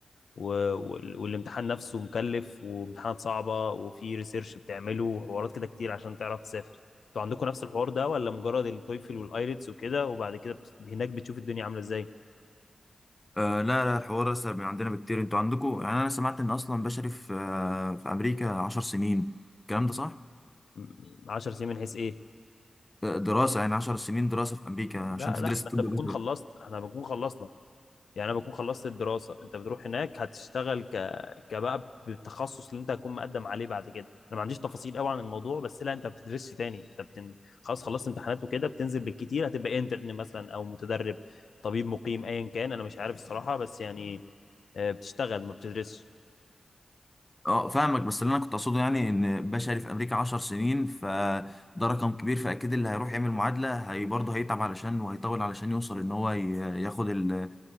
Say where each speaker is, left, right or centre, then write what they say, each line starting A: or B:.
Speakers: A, on the left; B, on the left.
A: و... وال- والامتحان نفسه مكلف وامتحانات صعبة وفي ريسيرش بتعمله وحوارات كده كتير عشان تعرف تسافر انتوا عندكم نفس الحوار ده ولا مجرد التويفل والايلتس وكده وبعد كده بت- هناك بتشوف الدنيا عاملة ازاي
B: آه لا لا الحوار اسهل من عندنا بكتير انتوا عندكم يعني انا سمعت ان اصلا بشري في آه، في امريكا 10 سنين الكلام ده صح؟
A: م- عشر سنين من حيث ايه
B: آه، دراسه يعني 10 سنين دراسه في امريكا عشان
A: لا
B: تدرس
A: لا ما
B: طب
A: انت
B: بشري
A: بتكون خلصت احنا بنكون خلصنا يعني انا بكون خلصت الدراسه انت بتروح هناك هتشتغل ك كبقى بالتخصص اللي انت هتكون مقدم عليه بعد كده انا ما عنديش تفاصيل قوي عن الموضوع بس لا انت ما بتدرسش تاني انت بتن... خلاص خلصت امتحانات وكده بتنزل بالكتير هتبقى انترن مثلا او متدرب طبيب مقيم ايا كان انا مش عارف الصراحه بس يعني آه، بتشتغل ما بتدرسش
B: اه فاهمك بس اللي انا كنت اقصده يعني ان بشري في امريكا 10 سنين فده رقم كبير فاكيد اللي هيروح يعمل معادله هي برضه هيتعب علشان وهيطول علشان يوصل ان هو ي- ياخد ال-